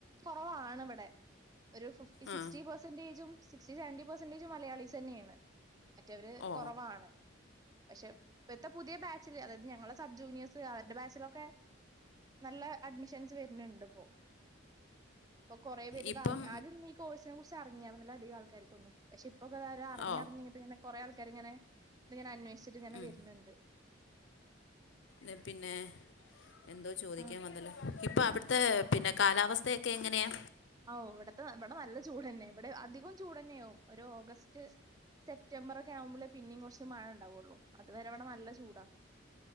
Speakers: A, on the right (about 20°); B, on the left (about 65°).
A: കുറവാണ് ഇവിടെ ഒരു ഫിഫ്റ്റി
B: ആ
A: സിക്സ്റ്റി പെർസെന്റേജും സിക്സ്ി സെവന്റി പെർസന്റേജ് മലയാളീസ് തന്നെയാണ് മറ്റവര്
B: ഓ
A: കുറവാണ് പക്ഷെ ഇപ്പത്തെ പുതിയ ബാച്ചില് അതായത് ഞങ്ങള സബ് ജൂനിയേഴസ് അവരുടെ ബാച്ചിലൊക്കെ നല്ല അഡ്മിഷൻസ് വരുന്നുണ്ട് ഇപ്പോൊ അപ്പൊ കൊറേ പേര് ഇത്
B: ഇപ്പം
A: അറിഞ് ആര നീ കോഴ്സിനെ കുറിച്ച് അറിഞ്ഞരുന്നില്ല അധികംൾക്കർക്കൊന്ന പക്ഷെപ്പൊക്കെത അറിഞ്ഞറിഞ്ഞ്ഞിട്ട്
B: ഓ
A: ഇങ്ങെ കുറെ ആൾക്കാര് ഇങ്ങനെ ഇതിങ്ങനെ അന്വേഷിച്ചിട്ട് ഇങ്ങനെ
B: ഉം
A: വരുന്നുണ്ട്
B: ഉ പിന്നെ എന്തോ ചോദിക്കാൻ
A: ആ
B: വന്നല്ലോ ഇപ്പൊ അവിടുത്തെ പിന്നെ കാലാവസ്ഥയൊക്കെ എങ്ങനെയാ
A: ആ ഇവിടത്തെ ഇവിടെ നല്ല ചൂട് തന്നെ ഇവിടെ അധികം ചൂട്ന്നെയ ആവും ഒരു ഓഗസ്റ്റ് മ സെപ്റ്റംബർ ഒക്കെ ആവുമ്പോേ പിന്നേും കുറച്ച് മഴ ഉണ്ടാവുള്ളു ഇതുവരെവിടെ നല്ല ചൂടാ